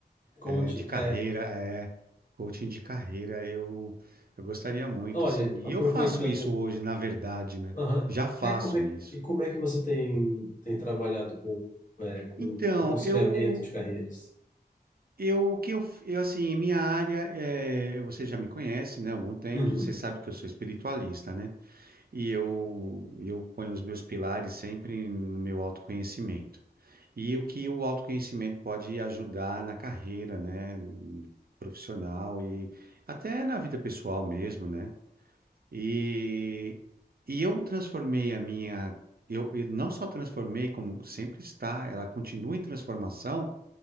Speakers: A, on the left; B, on the right.
A: Conte.
B: é, de carreira,
A: É,
B: é, coaching de carreira, eu, eu gostaria muito,
A: olha,
B: sim. E
A: aproveitando.
B: eu faço isso hoje, na verdade, né?
A: Aham.
B: Já faço
A: É, como é que,
B: isso.
A: e como é que você tem, tem trabalhado com, é, com
B: Então,
A: aconselhamento
B: eu,
A: de carreiras?
B: eu, o que eu, eu, assim, minha área, é, você já me conhece, né, há algum tempo,
A: Uhum.
B: você sabe que eu sou espiritualista, né? E eu, eu ponho os meus pilares sempre no meu autoconhecimento. E o que o autoconhecimento pode ajudar na carreira, né, profissional e até na vida pessoal mesmo, né? E, e eu transformei a minha, eu, eu não só transformei, como sempre está, ela continua em transformação,